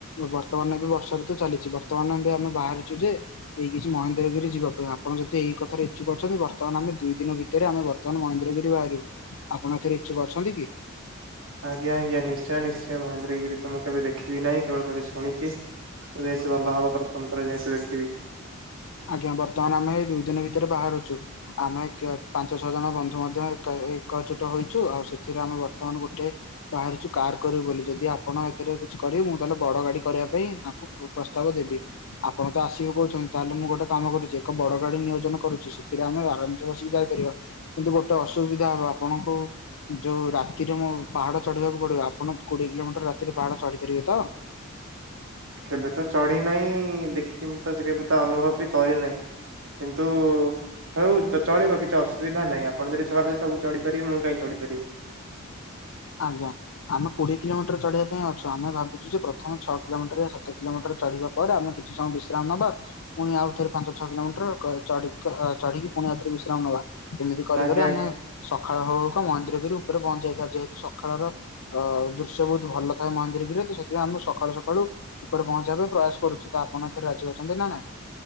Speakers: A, on the left (about 70°); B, on the right (about 65°).
A: ବର୍ତ୍ତମାନ ଏବେ ବର୍ଷା ଋତୁ ଚାଲିଚି ବର୍ତ୍ତମାନ ଆମ୍ଭେ- ଆମେ ବାହାରିଚୁ ଯେ ଏଇ କିଛି ମହେନ୍ଦ୍ରଗିରି ଯିବା ପାଇଁ ଆପଣ ଯଦି ଏଇ କଥାରେ ଇଚ୍ଛୁକ ଅଛନ୍ତି ବ ବର୍ତ୍ତମାନ ଆମେ ଦୁଇ ଦିନ ଭିତରେ ଆମେ ବର୍ତ୍ତମାନ ମହନ୍ଦ୍ରଗିରି ବାହାରିବୁ ଆପଣ ଏଥିରେ ଇଚ୍ଛୁକ ଅଛନ୍ତି କି?
B: ଆଜ୍ଞା- ଆଜ୍ଞା ନିଶ୍ଚୟ- ନିଶ୍ଚୟ ମହେନ୍ଦ୍ରଗିରି ତ ମୁଁ କେବେ ଦେଖିବି ନାହିଁ କେବଳ ଖାଲି ଶୁଣିଚି। ବେଶ୍ ଭଲ ହବ ପ୍ରଥମ ଥର ଯେହେତୁ ଦେଖିବି।
A: ଆଜ୍ଞା ବର୍ତ୍ତମାନ ଆମେ ଦୁଇ ଦିନ ଭିତରେ ବାହାରୁଛୁ। ଆମେ କେ ପାଞ୍ଚ ଛଅ ଜଣ ବନ୍ଧୁ ମଧ୍ୟ ଏକ ଏକଜୁଟ ହୋଇଛୁ ଆଉ ସେଥିରେ ଆମେ ବର୍ତ୍ତମାନ ଗୋଟେ ବାହାରିଛୁ କାର କରିବୁ ବୋଲି ଯଦି ଆପଣ ଏଥିରେ କିଛି କରିବେ ମୁଁ ତାହେଲେ ବଡ ଗାଡି କରିବା ପାଇଁ ତାଙ୍କୁ ପ୍ର ପ୍ରସ୍ତାବ ଦେବି। ଆପଣ ତ ଆସିବେ କହୁଛନ୍ତି ତାହେଲେ ମୁଁ ଗୋଟେ କାମ କରୁଛି ଏକ ବଡ ଗାଡି ନିୟୋଜନ କରୁଛି ସେଥିରେ ଆମେ ଆରମସେ ବସିକି ଯାଇପାରିବା। କିନ୍ତୁ ଗୋଟେ ଅସୁବିଧା ହବ ଆପଣଙ୍କୁ ଯୋଉ ରାତିରେ ମୋ ପାହାଡ ଚଢିବାକୁ ପଡିବ ଆପଣ କୋଡିଏ କିଲୋମିଟର ରାତିରେ ପାହାଡ ଚଢି ପାରିବେ ତ?
B: କେବେ ତ ଚଢି ନାହିଁ ଦେଖିକି ମୁଁ ତ କେବେ ତ ଅନୁଭବ ବି କରିନାହି। କିନ୍ତୁ ହଉ ତ ଚଳିବ କିଛି ଅସୁବିଧା ନାହିଁ। <unintelligible> ଛୁଆମାନେ ସବୁ ଚଢିପାରିବେ ମୁଁ କାଇଁ ଚଢ଼ି ପାରିବିନି।
A: ଆଜ୍ଞା। ଆମେ କୋଡିଏ କିଲୋମିଟର ଚଢିବା ପାଇଁ ଅଛୁ। ଆମେ ଭାବିଚୁ ଯେ ପ୍ରଥମେ ଛଅ କିଲୋମିଟର ସାତ କିଲୋମିଟର ଚଢିବା ପରେ ଆମେ କିଛି ସମୟ ବିଶ୍ରାମ ନବା ପୁଣି ଆଉଥରେ ପାଞ୍ଚ ଛଅ କିଲୋମିଟର କ ଚଢିକି ଅ ଚଢିକି ପୁଣି ଆଉଥରେ ବିଶ୍ରାମ ନେବା ଏମିତି କରିିକରି
B: ଆଜ୍ଞା
A: ଆମେ ସକାଳ ହଉ ହୋଉକା ମହେନ୍ଦ୍ରଗିରି ଉପରେ ପହଞ୍ଚିଯାଇଥିବା ଯେହେତୁ ସକାଳର ଅ ଦୃ ଦୃଶ୍ୟ ବହୁତ ଭଲ ଥାଏ ମହେନ୍ଦ୍ରଗିରିରେ ତ ସେଥିପାଇ ଆମେ ସକାଳୁ ସକାଳୁ ଉପରେ ପହଞ୍ଚିବା ପାଇଁ ପ୍ରୟାସ କରୁଛି ତ ଆପଣ ଏଥିରେ ରାଜି ଅଛନ୍ତି ନା ନାଇଁ?